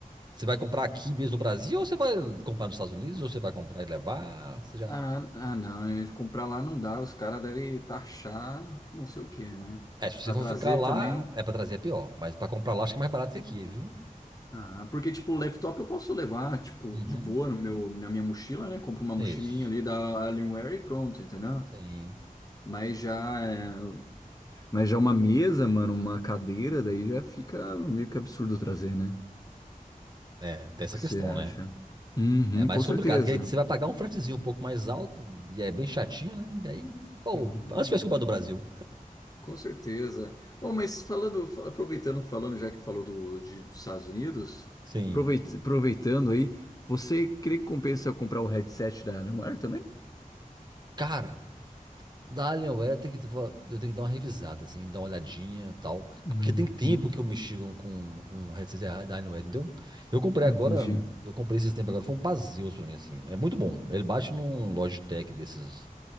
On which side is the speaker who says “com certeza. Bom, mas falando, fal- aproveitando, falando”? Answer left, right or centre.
Left